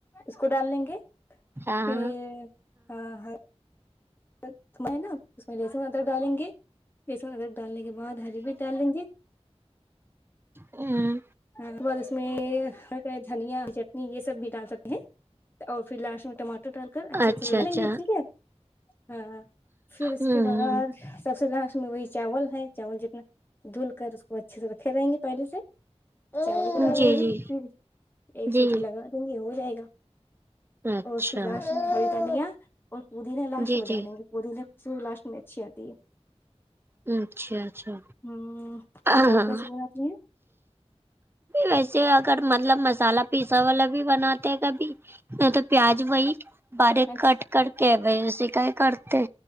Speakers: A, on the left (about 20°); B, on the right (about 20°).
A: اس کو ڈال لیں گے
B: ہاں
A: پ ہاں ہر اس میں ہے نا اس میں لہسن ادرک ڈالیں گے لہسن ادرک ڈالنے کے بعد ہری بھی ڈال لیں گے
B: ھمم
A: ہاں اس میں دھنیا چٹنی یہ سب بھی ڈال سکتے اور پھر لاسٹ میں ٹماٹر ڈال کر اچھے
B: اچھا
A: سے ملا
B: اچھا
A: لیں گے ٹھیک ہے ہاں پھر اس
B: ہوں
A: کے بعد سب سے لاسٹ میں وہی چاول ہے چاول جتنا دھل کر اس کو اچھے سے رکھے رہیں گے پہلے سے چاول پکا
B: جی
A: لیں گے
B: جی
A: پھر ایک
B: جی
A: سیٹی لگا دیں گے ہو جائے گا
B: اچھا
A: اور پھر لاسٹ میں ہری دھنیا اور پودینا لاسٹ
B: جی
A: میں
B: جی
A: ڈالیں گے پودینے کی خوشبو لاسٹ میں اچھی آتی ہے
B: اچھا اچھا
A: ہوں
B: ہاں
A: آپ
B: ہاں
A: کیسے بناتی ہیں
B: ویسے اگر مطلب مسالہ پیسا والا بھی بناتے ہیں کبھی میں تو پیاز وہی باریک
A: اچھا
B: کٹ کر کے اس کا ہے کرتے